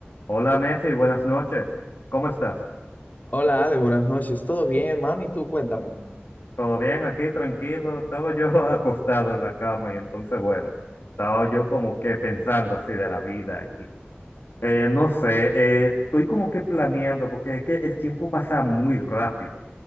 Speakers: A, on the left; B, on the left.
A: Hola Mefi, buenas noches. ¿Cómo estás?
B: Hola Ale, buenas noches. ¿Todo bien, hermano? ¿Y tú? Cuéntame.
A: ¿Todo bien aquí? Tranquilo. Estaba yo <laughs> acostado en la cama y entonces, bueno, estaba yo como que pensando así de la vida y eh, no sé, eh, estoy como que planeando porque es que el tiempo pasa muy rápido.